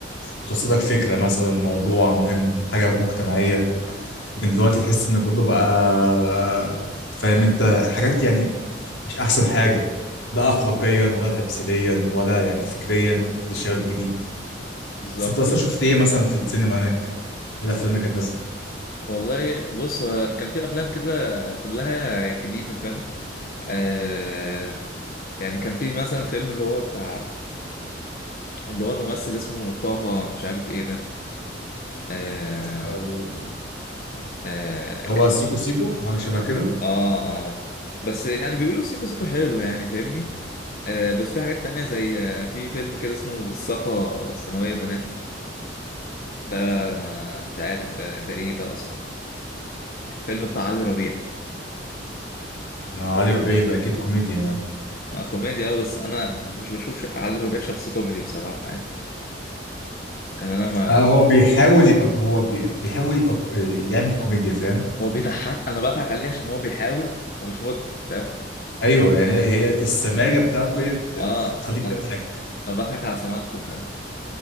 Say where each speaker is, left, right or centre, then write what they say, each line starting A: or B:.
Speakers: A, on the left (about 85°); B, on the left (about 50°).
A: بتوصلك فكره مثلا موضوع مهم حاجه مجتمعيه لكن دلوقتي تحس ان كله بقى فاهم انت حاجات يعني مش احسن حاجه لا اخلاقيا ولا تمثيليا ولا يعني فكريا للشباب الجديد
B: بالظبط
A: بس انت اصلا شفت ايه مثلا في السينما هناك ايه الافلام اللي كانت نازله
B: والله بص هو كان في افلام كده كلها جديده فاهم آه يعني كان في مثلا فيلم اللي هو بتاع اللي هو الممثل اسمه طه مش عارف ايه ده آه
A: اللي
B: آه
A: هو
B: كان
A: سيكو سيكو حاجه شبه كده
B: اه اه بس يعني بيقولوا سيكو سيكو حلو يعني فاهمني آه بس في حاجات تانية زي آه في فيلم كده اسمه الصفا ثانوية بنات ده أنا مش عارف ده ده ايه ده اصلا فيلم بتاع علي ربيع
A: ما علي ربيع يبقى اكيد كوميديا يعني
B: ما كوميديا اه بس انا مش بشوف ش- علي ربيع شخص كوميدي بصراحة يعني يعني انا ما
A: آه هو بيحاول يبقى هو بي- بيحاول يبقى ك- يعمل كوميديا فاهم
B: هو بيضحك انا بضحك عليه عشان هو بيحاول ومش مضحك فاهم
A: ايوه يعني هي السماجه بتاعته هي بت-
B: اه
A: بتخليك
B: انا
A: تضحك
B: بضحك على سماكته فاهم